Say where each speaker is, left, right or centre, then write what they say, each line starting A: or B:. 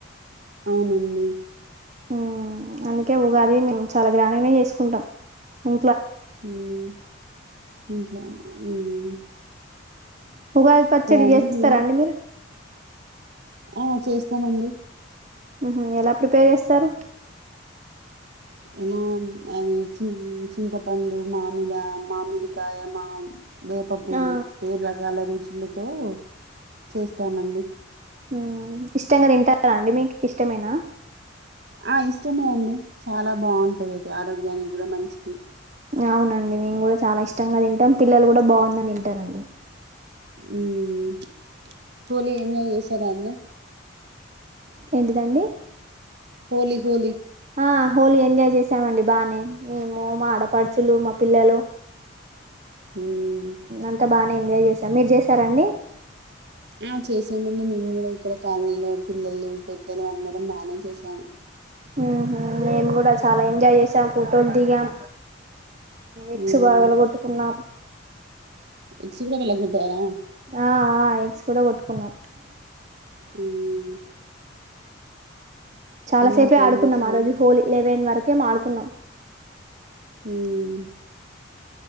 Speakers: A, on the right; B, on the right.
A: అవునండి
B: ఉమ్ అందుకే ఉగాది మేము చాలా గ్రాండ్గనే చేసుకుంటాం. ఉ
A: ఉమ్ ఇంట్లనా ఉమ్
B: ఉగాది పచ్చడి
A: అండి
B: జేస్తారా
A: హోలీ?
B: అండి మీరు?
A: ఆ చేస్తామండి.
B: ఉహ్ ఎలా ప్రిపేర్ చేస్తారు?
A: ఎలా అని చిన్ చింతపండు, మామిడ, మామిడికాయ, మామ్ వేప పువ్వు
B: ఆ
A: ఏడ్ రకాల రుచులతో చేస్తామండి
B: ఉమ్ ఇష్టంగా తింటారా అండి మీకు ఇష్టమేనా
A: ఆ ఇష్టమే అండి చాలా బాగుంటది అది ఆరోగ్యానికి గుడా మంచిది
B: అవునండి మేము కూడా చాలా ఇష్టంగా తింటాం. పిల్లలు కూడా బావుందని తింటారండి.
A: ఉమ్ హోలీ ఎంజాయ్ చేశారా అండి?
B: ఏంటిదండి
A: హోలీ హోలీ
B: ఆ హోలీ ఎంజాయ్ చేసామండి బాగానే మేము మా ఆడపడుచులు మా పిల్లలు
A: హ్మ్.
B: అంతా బానే ఎంజాయ్ చేసాం మీరు చేసారండి
A: ఆ చేసామండి మేము కూడా ఇక్కడ కాలనీలు పిల్లలు పెద్దలు అందరం బాగానే చేసాము
B: ఆహా మేము కూడా చాలా ఎంజాయ్ చేసాం ఫోటోలు దిగం
A: హ్మ్.
B: ఎగ్స్ బాగాలగొట్టుకున్నాం
A: ఎగ్స్ గూడా పగలగొట్టారా?
B: ఆ ఎగ్స్ కూడా కొట్టుకున్నాం
A: ఉమ్
B: చాలా సేపే
A: ఇంకేం
B: ఆడుకున్నాం
A: చేశారు
B: ఆ రోజు హోలీ లెవెన్ వరకే ఏమో ఆడుకున్నాం
A: హ్మ్మ్